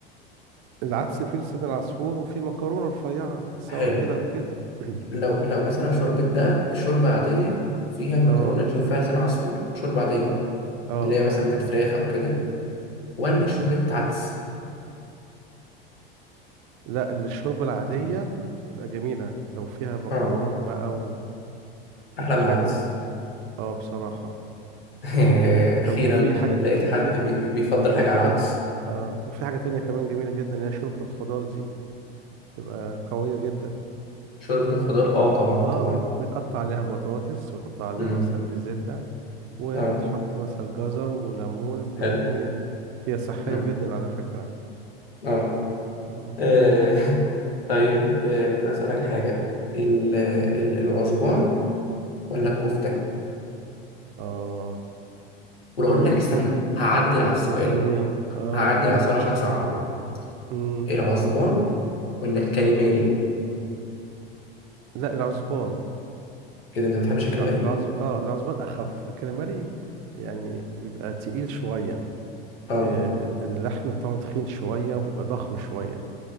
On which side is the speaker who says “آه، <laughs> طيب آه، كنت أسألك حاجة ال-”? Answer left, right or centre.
Left